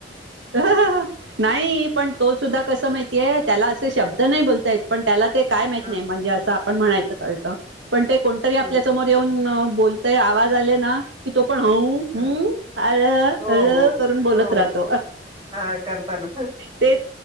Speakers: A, on the right; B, on the right.
A: हा हा हा. नाही पण तो सुद्धा कस माहितीय? त्याला असे शब्द नाही बोलतायेत पण त्याला ते काय माहीत
B: हं,
A: नाही. म्हणजे असं म्हणायचं कळतं पण कोणतरी
B: हं.
A: आपल्या समोर येवून बोलतय आवाज आले ना की तो पण ह
B: ह
A: हम्. हळ
B: हो
A: हळ
B: हो
A: करून बोलत
B: हो
A: राहतो
B: हा करताना
A: तेच.